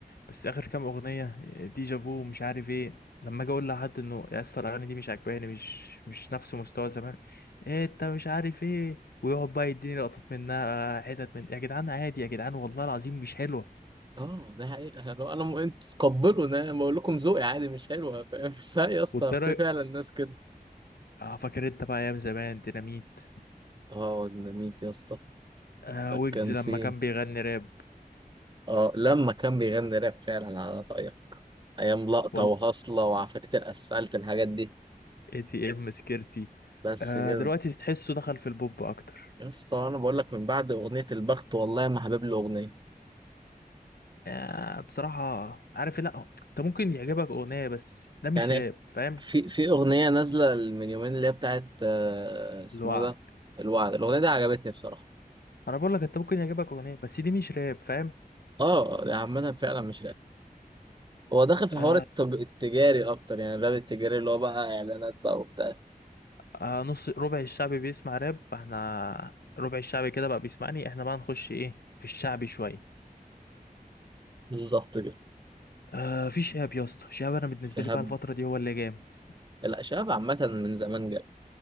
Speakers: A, on the left (about 85°); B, on the right (about 30°).
A: بس اخر كام اغنيه ديجا فو ومش عارف ايه لما اجي اقول لحد انه يا اسطى الاغاني دي مش عاجباني مش مش نفس مستوى زمان إيه انت مش عارف ايه ويقعد بقى يديني لقطات منها حتت من يا جدعان عادي يا جدعان والله العظيم مش حلوه
B: اه ده حقيقة لو انا م... انتوا تقبلوا انا أنا بقول لكم ذوقي عادي مش حلوة <laughs> فاهم؟ لا يا اسطى
A: والترى
B: في فعلا ناس كده
A: اه فاكر انت بقى ايام زمان ديناميت
B: اه ديناميت يا اسطى
A: آه ويجز
B: كان
A: لما
B: في
A: كان بيغني راب
B: اه لما كان بيغني راب فعلا على رأيك ايام لقطة
A: والله
B: وهصلة وعفاريت الاسفلت الحاجات دي
A: اي تي ام سكيرتي
B: بس
A: آه
B: كده
A: دلوقتي تحسه دخل في البوب اكتر
B: يا اسطى انا بقول لك من بعد اغنية البخت والله ما حابب له اغنية
A: آه بصراحه عارف إيه، لا انت ممكن يعجبك اغنيه بس ده مش
B: يعني
A: راب فاهم
B: في في أغنية نازلة من يومين اللي هي بتاعت آه، اسمه
A: الوعد
B: ده الوعد الأغنية دي عجبتني بصراحة
A: انا بقول لك انت ممكن يعجبك اغنيه بس دي مش راب فاهم
B: اه ده عامة فعلا مش راب هو داخل في
A: آه
B: حوار التج... التجاري أكتر يعني الراب التجاري اللي هو بقى إعلانات بقى وبتاع
A: آه نص ربع الشعب بيسمع راب فاحنا ربع الشعب كده بقى بيسمعني احنا بقى نخش ايه في الشعبي شويه
B: بالظبط كده
A: آه في شهاب يا اسطى شهاب انا بالنسبه
B: شهاب
A: لي بقى الفتره دي هو اللي جامد
B: لا شهاب عامة من زمان جامد